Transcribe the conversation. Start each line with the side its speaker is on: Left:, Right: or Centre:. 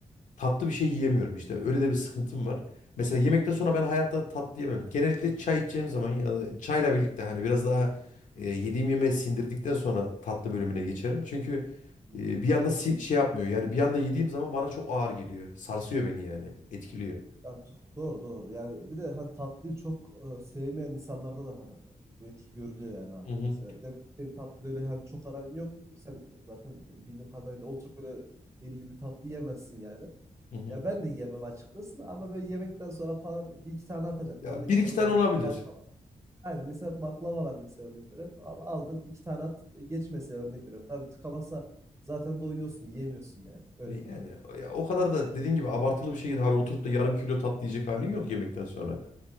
Left: tatlı bir şey yiyemiyorum işte. Öyle de bir sıkıntım var. Mesela yemekten
Right: Hmm,
Left: sonra ben hayatta tatlı yemem. Genellikle çay içeceğim zaman ya da çayla birlikte hani biraz daha e, yediğim yemeği sindirdikten sonra tatlı bölümüne geçerim. Çünkü
Right: hmm.
Left: e, bir anda si- şey yapmıyor. Yani bir anda yediğim zaman bana çok ağır geliyor. Sarsıyor beni yani. Etkiliyor.
Right: Ya do- doğru doğru. Yani bir de hani tatlıyı çok e, sevmeyen insanlarda da hani e, bu etki görülüyor yani abi.
Left: Hı hı,
Right: Mesela demek ki senin tatlı öyle hani çok aran yok. Sen zaten e, bildiğim kadarıyla oturup öyle deli gibi tatlı yemezsin yani.
Left: hı hı.
Right: Ya ben de yiyemem açıkçası da ama böyle yemekten sonra falan bir iki tane atacaksın.
Left: Ya
Right: Örnek
Left: bir iki
Right: veriyorum
Left: tane
Right: bakla,
Left: olabilir.
Right: baklava. Aynen mesela baklava var mesela örnek veriyorum. Abi aldın iki tane at e, geç mesela örnek veriyorum. Tabii tıkamazsa zaten doyuyorsun yiyemiyorsun yani. Öyle
Left: E,
Right: değil.
Left: Yani ya o kadar da dediğin gibi abartılı bir şekilde hani oturup da yarım kilo tatlı yiyecek halin yok yemekten sonra.